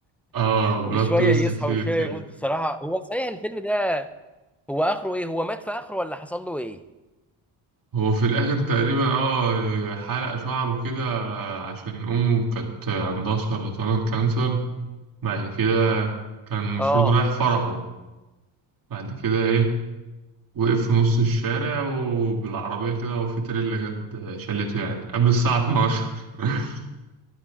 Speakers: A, on the right (about 40°); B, in the centre.
A: اه
B: وشوية
A: بلوت تويست
B: يصحى
A: كتير
B: وشوية
A: كده
B: يموت بصراحة هو صحيح الفيلم ده هو آخره إيه هو مات في آخره ولا حصل له إيه؟
A: هو في الاخر تقريبا اه حلق شعره كده عشان امه كانت عندها سرطان كانسر بعد كده كان المفروض
B: آه
A: رايح فرحه بعد كده ايه وقف في نص الشارع وبالعربية كده وفي تريلا جت شلته يعني قبل الساعة 12 <laughs>